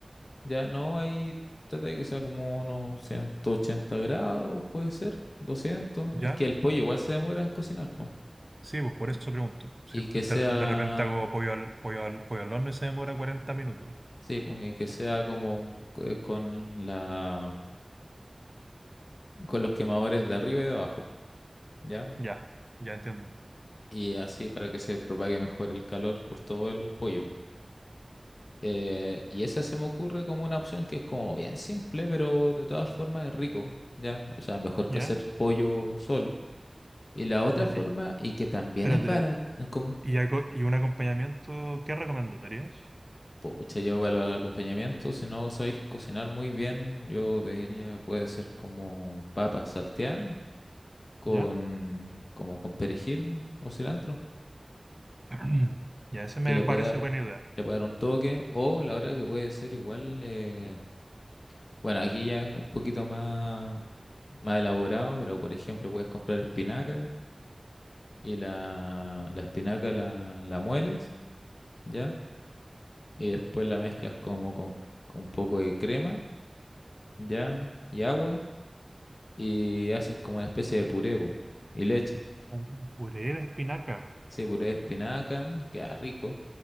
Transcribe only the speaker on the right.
ya.
Sí, pues por eso pregunto. Si
de,
de repente hago pollo al, pollo al, pollo al horno y se demora cuarenta minutos.
Ya, ya entiendo.
Ya,
ya,
y
espérate,
y, aco- y un acompañamiento, ¿qué recomendarías?
¿Ya?
<clears throat> Ya, ese me
parece
buena idea.
Un puré de espinaca.